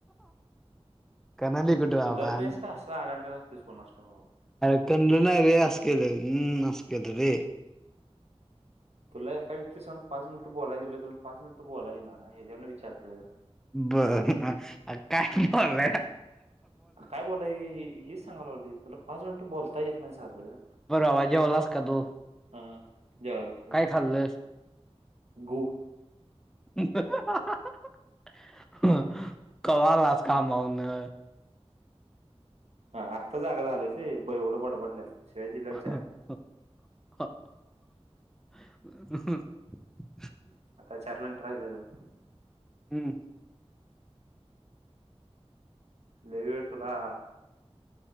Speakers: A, in the centre; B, on the right (about 75°).
A: कणाली कुठे बाबा
B: सुधारतायस का असं अडाणी राहतेस कुणास ठाऊक बाबा.
A: अ <unintelligible> नाही रे अस केलं हम्म असं केल रे!
B: तुला एका व्यक्ती समोर पाच मिनिटं बोलाय दिलं तर पाच मिनटं बोलाय येईना ह्याच्यावरनं विचार कर.
A: बर काय बोलाया.
B: अग काय बोलाय ही-हीच सांगाय लागलोय तुला पाच मिनिट बोलता येत नाही साधं?
A: बरं <unintelligible> जेवलास का तू?
B: हा जेवायलाच का
A: काय
B: तू
A: खाल्लस?
B: गु
A: <unintelligible> कवा आलास कामाऊनं?
B: हा आत्ता जागा झालोसे? बे वढ बडबडल्या. शिवाय
A: <unintelligible>
B: दिल्यावर चार आता चार मीनटं राहिल अजुन.
A: हम्म
B: लई वेळ तुला